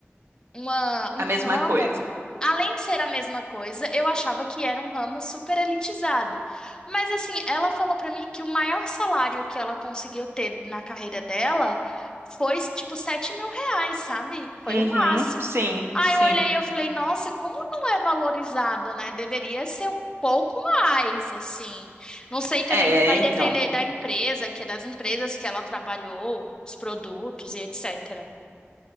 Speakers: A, on the left; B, on the right.
A: uma, um
B: a mesma
A: ramo,
B: coisa.
A: além de ser a mesma coisa, eu achava que era um ramo super elitizado. Mas assim, ela falou pra mim que o maior salário que ela conseguiu ter na carreira dela foi tipo sete mil reais, sabe? Foi
B: Uhum,
A: o máximo.
B: sim,
A: Aí
B: sim.
A: eu olhei e eu falei, nossa, como não é valorizado, né? Deveria ser um pouco mais, assim. Não sei também
B: É,
A: se vai depender
B: então.
A: da empresa, que é das empresas que ela trabalhou, os produtos e etc.